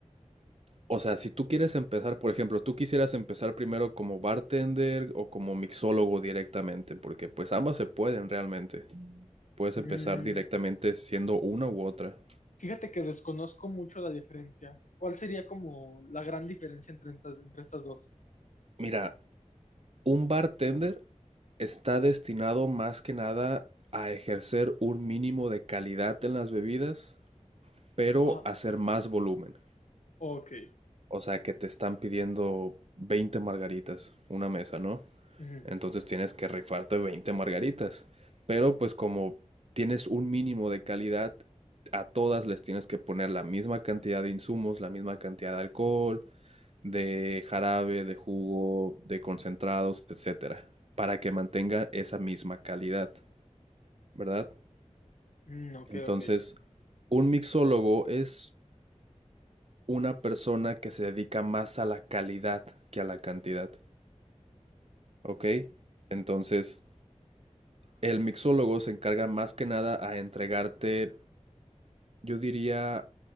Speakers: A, on the right; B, on the left.
A: O sea, si tú quieres empezar, por ejemplo, tú quisieras empezar primero como bartender o como mixólogo directamente, porque pues ambas se pueden realmente. Puedes
B: mm,
A: empezar directamente siendo una u otra.
B: fíjate que desconozco mucho la diferencia. ¿Cuál sería como la gran diferencia entre, estas- entre estas dos?
A: Mira, un bartender está destinado más que nada a ejercer un mínimo de calidad en las bebidas, pero
B: Ajá.
A: hacer más volumen.
B: Ok.
A: O sea, que te están pidiendo 20 margaritas, una mesa, ¿no?
B: Ujú.
A: Entonces tienes que rifarte 20 margaritas. Pero pues como tienes un mínimo de calidad, a todas les tienes que poner la misma cantidad de insumos, la misma cantidad de alcohol, de jarabe, de jugo, de concentrados, etcétera, para que mantenga esa misma calidad, ¿verdad?
B: Mm, ok,
A: Entonces,
B: ok.
A: un mixólogo es una persona que se dedica más a la calidad que a la cantidad, ¿ok? Entonces, El mixólogo se encarga más que nada a entregarte, yo diría